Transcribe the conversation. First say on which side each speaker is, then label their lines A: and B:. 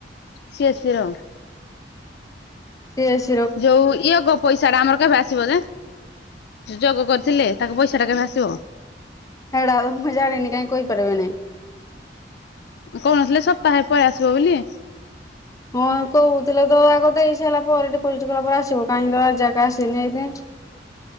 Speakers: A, on the left; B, on the left.
A: ସିଏ ସିର
B: ସେଷ
A: ଯୋଉ ଇଏ ଗ-ପଇସା ଟା ଆମର କେବେ ଆସ ଆସିବ ଯେ ଯୋଗ କରିଥିଲେ, ତାଙ୍କ ପଇସା ଟା କେବେ ଆସିବ।
B: ଏଡା ମୁଁ ଜାଣିନି କାଇଁ କହିପାରିବି ନାଇଁ।
A: କହୁ ନଥିଲେ ସପ୍ତାହେ ପଳେଇଆସିବ ବୋଲି।
B: ହଁ କହୁଥିଲେ ତ ଆଗ ଦେଇ ସାରିଲା ପରେ, ଡିପୋଜିଟ୍ କଲା ପରେ ଆସିବ କାହିଁକି ତ ଆ ଯାକ ଆସିନି ଏବେ।